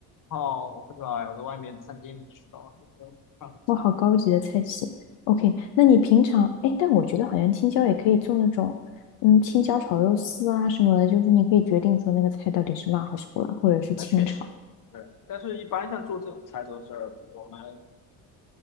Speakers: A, on the left; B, on the left.
A: 哦，我不知道哎，我在外面餐厅里吃到的那种串串
B: 哇，好高级的菜系。OK，那你平常，哎，但我觉得好像青椒也可以做那种，嗯，青椒炒肉丝啊什么的，就是你可以决定说那个菜到底是辣还是不辣，或者是清炒。
A: 那确实，对。但是，一般像做这种菜都是我们